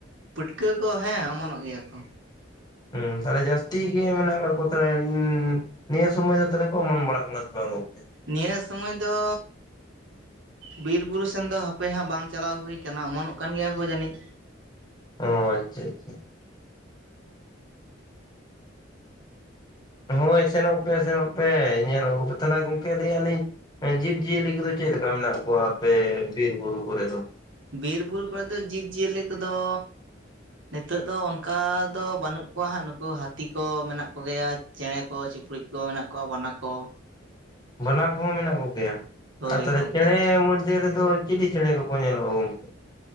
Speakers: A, on the right; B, on the left.
A: ᱯᱟᱹᱴᱠᱟᱹ ᱠᱚ ᱦᱮᱸ ᱚᱢᱚᱱᱚᱜ ᱜᱮᱭᱟ ᱠᱚ
B: ᱦᱩᱸ ᱛᱟᱞᱦᱮ ᱡᱟᱹᱥᱛᱤ ᱜᱮ ᱢᱮᱱᱟᱜ ᱠᱟᱫ ᱠᱚ <unintelligible> ᱱᱤᱭᱟᱹ ᱥᱚᱢᱚᱭ ᱫᱚ ᱛᱟᱞᱮ ᱠᱚ ᱚᱢᱚᱱ ᱵᱟᱲᱟᱜ ᱠᱟᱱᱟ ᱥᱮ ᱵᱟᱝ ᱜᱚᱝᱠᱮ?
A: ᱱᱤᱭᱟᱹ ᱥᱩᱢᱚᱭ ᱫᱚ ᱵᱤᱨᱼᱵᱩᱨᱩ ᱥᱮᱱ ᱫᱚ ᱦᱟᱯᱮ ᱦᱟᱸᱜ ᱵᱟᱝ ᱪᱟᱞᱟᱣ ᱦᱩᱭ ᱠᱟᱱᱟ ᱚᱢᱚᱱᱚᱜ ᱠᱟᱱ ᱜᱮᱭᱟ ᱠᱚ ᱡᱟᱹᱱᱤᱡᱽ
B: ᱚᱸ ᱟᱪᱪᱷᱟ - ᱟᱪᱪᱷᱟ ᱦᱳᱭ ᱥᱮᱱᱚᱜ ᱯᱮ ᱥᱮᱱᱚᱜ ᱯᱮ ᱧᱮᱞ ᱟᱹᱜᱩ ᱛᱟᱞᱦᱮ ᱜᱚᱝᱠᱮ ᱞᱟᱹᱭᱟᱞᱤᱧ ᱮᱸ ᱡᱤᱵᱽ - ᱡᱤᱭᱟᱹᱞᱤ ᱠᱚᱫᱚ ᱪᱮᱫ ᱞᱮᱠᱟ ᱢᱮᱱᱟᱜ ᱠᱚᱣᱟ ᱟᱯᱮ ᱵᱤᱨ - ᱵᱩᱨᱩ ᱠᱚᱨᱮ ᱫᱚ?
A: ᱵᱤᱨ - ᱵᱩᱨᱩ ᱠᱚᱨᱮ ᱫᱚ ᱡᱤᱵᱽ - ᱡᱤᱭᱟᱹᱞᱤ ᱠᱚᱫᱚ ᱱᱤᱛᱚᱜ ᱫᱚ ᱚᱱᱠᱟ ᱫᱚ ᱵᱩᱹᱱᱩᱜ ᱠᱚᱣᱟ ᱦᱟᱸᱜ ᱱᱩᱠᱩ ᱦᱟᱹᱛᱤ ᱠᱚ ᱢᱮᱱᱟᱜ ᱠᱚᱜᱮᱭᱟ ᱪᱮᱬᱮ ᱠᱚ - ᱪᱤᱯᱨᱩᱡ ᱠᱚ ᱢᱮᱱᱟᱜ ᱠᱚᱣᱟ ᱵᱟᱱᱟ ᱠᱚ
B: ᱵᱟᱱᱟ ᱠᱚᱦᱚᱸ ᱢᱮᱱᱟᱜ ᱠᱚᱜᱮᱭᱟ,
A: ᱦᱳᱭ
B: ᱟᱨ ᱛᱟᱞᱦᱮ
A: ᱜᱚᱢᱠᱮ
B: ᱪᱮᱬᱮ ᱢᱩᱫᱽ ᱨᱮ ᱫᱚ ᱪᱤᱞᱤ ᱪᱮᱲᱮᱸ ᱠᱚᱠᱚ ᱧᱮᱞᱚᱜ - ᱟ ᱜᱚᱝᱠᱮ?